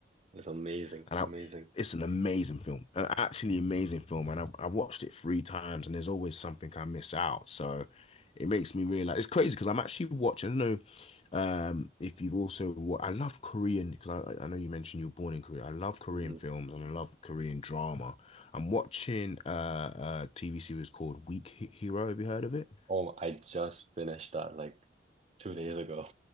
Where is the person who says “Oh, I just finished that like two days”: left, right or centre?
Right